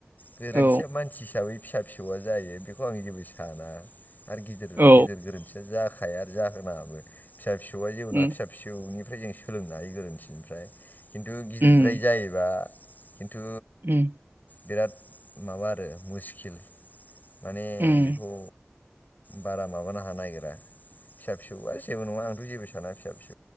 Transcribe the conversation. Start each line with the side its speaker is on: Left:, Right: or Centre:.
Left: गोरोन्थिया
Right: औ
Left: मानसि हिसाबै फिसा फिसौआ जायो बेखौ आं जेबो साना आरो गिदिर
Right: औ
Left: गिदिर गोरोन्थिया जायाखै जानाया जाहो नागाबो फिसा फिसौ बेयावहाय जेबो
Right: उम
Left: नङा फिसा फिसौनिफ्राय जों सोलोंनो हायो गोरोन्थि निफ्राय खिन्थु गिदिरद्राय
Right: उम
Left: जायोबा खिन्थु
Right: उम
Left: बिराद माबा आरो मुस्किल माने
Right: उम
Left: बेखौ बारा माबानो हानो नायगिरा फिसा फिसौआ जेबो नङा आंथ जेबो साना फिसा फिसौ